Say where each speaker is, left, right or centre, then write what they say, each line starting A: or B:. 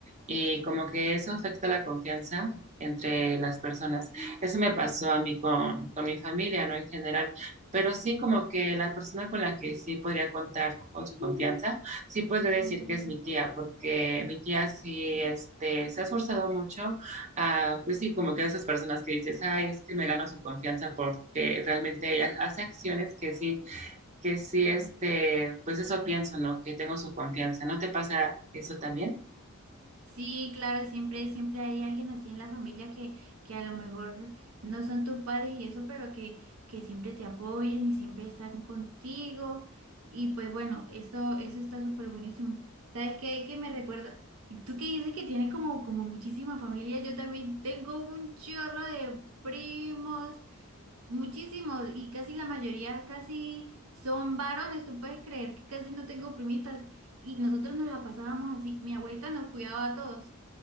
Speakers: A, on the right; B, on the right.
A: Y como que eso afecta la confianza entre las personas. Eso me pasó a mí con, con mi familia, ¿no? En general. Pero sí como que la persona con la que sí podría contar con su confianza sí podría decir que es mi tía, porque mi tía sí este, se ha esforzado mucho, ah, pues sí, como que esas personas que dices, ay, es que me gano su confianza porque realmente ella hace acciones que sí, que sí, este, pues eso pienso, ¿no? Que tengo su confianza. ¿No te pasa eso también?
B: Sí, claro, siempre, siempre hay alguien así en la familia que, que a lo mejor no son tus padres y eso, pero que, que siempre te apoyan y siempre están contigo. Y pues bueno, eso, eso está súper buenísimo. ¿Sabes qué? Que me recuerda, tú que dices que tienes como, como muchísima familia, yo también tengo un chorro de primos Muchísimos, y casi la mayoría casi son varones, tú puedes creer que casi no tengo primitas y nosotros nos la pasábamos así, mi abuelita nos cuidaba a todos